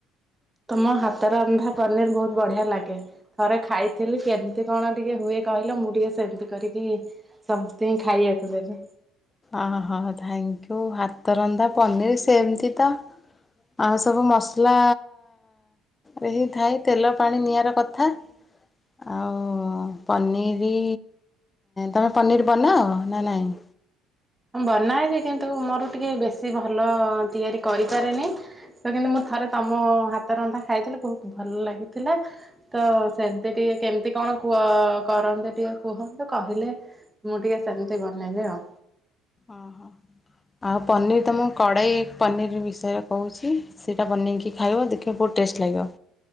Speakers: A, on the right (about 15°); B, on the left (about 20°).
A: ତୁମ ହାତ ରନ୍ଧା ପନିର ବହୁତ ବଢିଆ ଲାଗେ। ଥରେ ଖାଇଥିଲି କେମିତି କଣ ଟିକେ ହୁଏ କହିଲ ମୁଁ ଟିକେ ସେମିତି କରିକି ସେମିତି ଖାଇବାକୁ ଦେବି।
B: ଅ ହହ ଥାଙ୍କୟୁ ହାତ ରନ୍ଧା ପନିର ସେମତି ତ ଆଉ ସବୁ ମସଲା ରେହି ଥାଇ ତେଲ ପାଣି ନିଆଁର କଥା। ଆଉ ପନିରି ତୁମେ ପନିର ବନାଅ ନା ନହିଁ?
A: ବନାଏ ଯେ କିନ୍ତୁ, ମୋର ଟିକେ ବେଶୀ ଭଲ ତିଆରି କରିପାରେନି। ତ କିନ୍ତୁ ମୁଁ ଥରେ ତମ ହାତ ରନ୍ଧା ଖାଇଥିଲି ବହୁତ ଭଲ ଲାଗିଥିଲା। ତ ସେମତି ଟିକେ କେମିତି କଣ କୁହ କରନ୍ତି ଟିକେ କୁହନ୍ତ କହିଲେ ମୁଁ ଟିକେ ସେମିତି ବନେଇବି ଆଉ।
B: ଓହୋ ଆଉ ପନିର୍ ତ ମୁଁ କଡ଼ାଇ ପନିର ବିଷୟରେ କହୁଛି। ସେଇଟା ବନେଇକି ଖାଇବ ଦେଖିବ ବହୁତ ଟେଷ୍ଟ ଲାଗିବ।